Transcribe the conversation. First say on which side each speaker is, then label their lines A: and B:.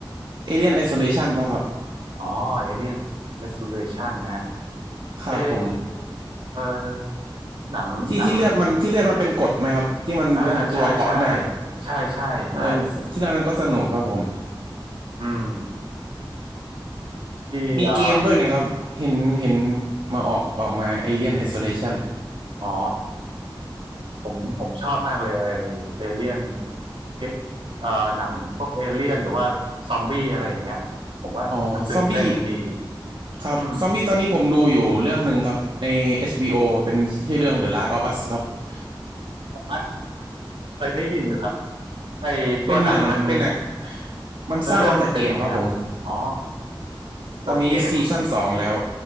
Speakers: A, on the right; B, on the right.
A: เอเลี่ยนไอโซเลชันป่ะครับ
B: อ๋อเอเลี่ยนเรส a ูเลชันนะฮะ
A: ครับผม
B: เอะเออหนังหนัง
A: ที่ที่เลือดมันที่เลือดมันเป็นกรดไหมครับที่มันเป็นตัวเกาะหน้า
B: อ่าใช่ใช่ใช่ใช่ใช่
A: เออที่เรื่องนั้นก็สนุกครับผม
B: อืมที่อ่า
A: มีเกมด้วยเนี่ยครับเห็นเห็นมาออกออกมาเอเลียนไอโซเลชัน
B: อ๋อผมผมชอบมากเลยไอเอเลี่ยนเกเอ่อหนังพวกเอเลี่ยนหรือว่าซอมบี้อะไรอย่างเงี้ยผมว่ามันตื่นเต้นดี
A: อ๋อซอมบี้ครับซอมบี้ตอนนี้ผมดูอยู่เรื่องหนึ่งครับใน
B: อืม
A: HBO เป็นชื่อเรื่อง The Last of Us ครับ
B: อาร์ตเคยได้ยินอยู่ครับไอตัวหนังมัน
A: เป็นหนังเป็นหนังมันสร้างมาจากเกมครับผม
B: เนื้อเรื่องมันเป็นยังไงครับอ๋อตัวเกม
A: ตอนนี้ซีซั่นสองแล้ว